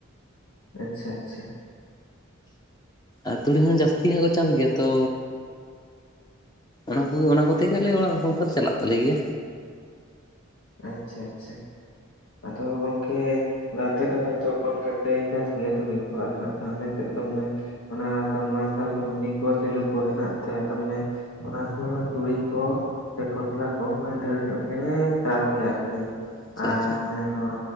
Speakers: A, on the left; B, on the left.
A: ᱟᱪᱪᱷᱟ, ᱟᱪᱪᱷᱟ᱾
B: ᱟᱨ ᱛᱩᱲᱤ ᱦᱚᱸ ᱡᱟᱹᱥᱛᱤ ᱦᱟᱸᱜ ᱠᱚ ᱪᱟᱥ ᱜᱮᱭᱟ ᱛᱚ ᱚᱱᱟ ᱠᱚᱜᱮ, ᱚᱱᱟ ᱠᱚᱛᱮ ᱜᱮ ᱟᱞᱮᱭᱟᱜ ᱚᱲᱟᱜ ᱥᱚᱝᱥᱟᱨ ᱪᱟᱞᱟᱜ ᱛᱟᱞᱮ ᱜᱮᱭᱟ᱾
A: ᱟᱪᱪᱷᱟ, ᱟᱪᱪᱷᱟ᱾ ᱟᱫᱚ ᱜᱚᱝᱠᱮ ᱟᱯᱮ ᱫᱚ ᱦᱚᱭᱛᱚ ᱠᱚᱢ ᱜᱮᱯᱮ ᱪᱟᱥ ᱜᱮᱭᱟ ᱛᱩᱲᱤ? ᱟᱫᱚ ᱱᱟᱜᱠᱷᱟᱱ ᱟᱞᱮ ᱥᱮᱫ ᱫᱚ ᱢᱟᱱᱮ ᱚᱱᱟ ᱥᱟᱢ ᱢᱟᱨᱥᱟᱞ ᱠᱚ, ᱢᱤᱱᱤ ᱠᱚ, ᱥᱮᱞᱩ ᱠᱚ ᱦᱮᱱᱟᱜ ᱛᱮ ᱟᱫᱚ ᱢᱟᱱᱮ ᱚᱱᱟ ᱥᱩᱢᱟᱹᱭ ᱦᱚᱸ ᱛᱩᱲᱤ ᱠᱚ ᱥᱮ ᱠᱷᱚᱥᱞᱟ ᱠᱚᱢᱢᱟᱭ ᱰᱷᱮᱨ ᱧᱚᱜ ᱜᱮᱞᱮ ᱪᱟᱥ ᱜᱮᱭᱟ ᱟᱨᱠᱤ
B: ᱟᱪᱪᱷᱟ
A: ᱟᱨ
B: ᱟᱪᱪᱷᱟ
A: ᱢᱟᱱᱮ ᱱᱚᱣᱟ